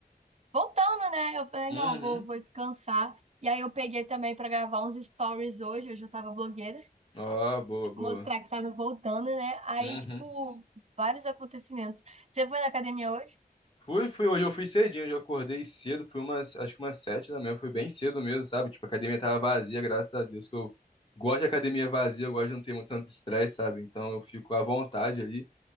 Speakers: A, on the right; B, on the left.
A: voltando, né? Eu falei,
B: Uhum.
A: não, vou, vou descansar. E aí eu peguei também pra gravar uns stories hoje, hoje eu tava blogueira.
B: Ó, boa, boa.
A: mostrar que tava voltando, né? Aí,
B: Uhum.
A: tipo, vários acontecimentos. Você foi na academia hoje?
B: Fui, fui, hoje eu fui cedinho, hoje eu acordei cedo, fui umas, acho que umas sete da manhã, fui bem cedo mesmo, sabe? Tipo, a academia tava vazia, graças a Deus, que eu gosto de academia vazia, eu gosto de não ter muito tanto estresse, sabe? Então eu fico à vontade ali.